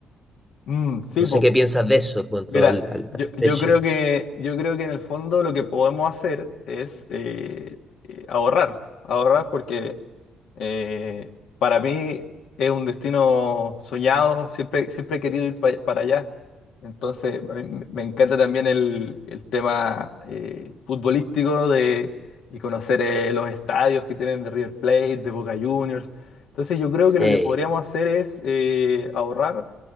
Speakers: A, on the left; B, in the centre.
A: Mm, sí,
B: No
A: po,
B: sé qué piensas de eso cuanto
A: Mira,
B: al, al-
A: yo,
B: al
A: yo
B: precio.
A: creo que, yo creo que en el fondo lo que podemos hacer es eh, eh, ahorrar, ahorrar porque eh, para mí es un destino soñado, siempre, siempre he querido ir pa- para allá. Entonces, a mí me me encanta también el, el tema eh, futbolístico de, y conocer eh, los estadios que tienen de River Plate, de Boca Juniors. Entonces, yo creo que
B: Sí.
A: lo que podríamos hacer es eh, ahorrar